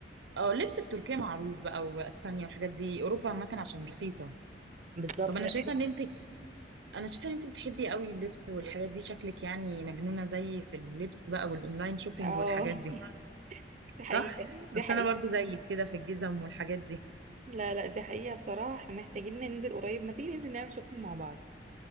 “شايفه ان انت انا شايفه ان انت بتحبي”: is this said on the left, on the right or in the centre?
Right